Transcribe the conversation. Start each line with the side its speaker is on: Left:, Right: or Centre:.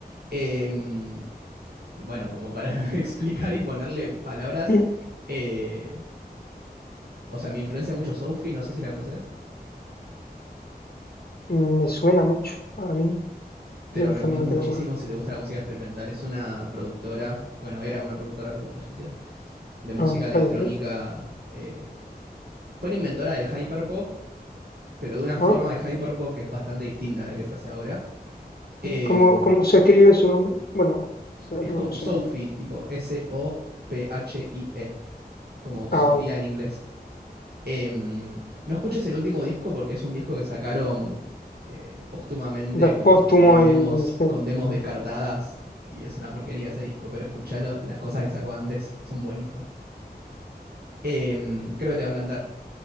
Right: Em, bueno, como para <laughs> explicar y ponerle palabras,
Left: <clears throat>
Right: eh, o sea, me influencia mucho Sophie, no sé si la conoces.
Left: Mm, Me suena mucho ahora mismo.
Right: Te
Left: Yo
Right: lo
Left: a veces
Right: recomiendo
Left: no me quedo
Right: muchísimo
Left: con...
Right: si te gusta la música experimental. Es una productora, bueno, era una productora porque falleció, de música
Left: Ah,
Right: electrónica.
Left: falleció.
Right: eh, fue la inventora del hyperpop, pero de una forma
Left: Ah,
Right: de hyperpop que es bastante distinta a la que se hace ahora. Em,
Left: ¿cómo, cómo se escribe su nombre? Bueno, de-
Right: es
Left: luego
Right: como
Left: su
Right: Sophie,
Left: nombre.
Right: tipo S-O-P-H-I-E. como Sofía
Left: Ah, vale.
Right: en inglés. Em, no escuches el último disco porque es un disco que sacaron eh, póstumamente
Left: Despóstumo
Right: con, con demos,
Left: y... sí.
Right: con demos descartadas y es una porquería ese disco, pero escuchalo, las cosas que sacó antes son buenísimas. Em, creo que te va a encantar.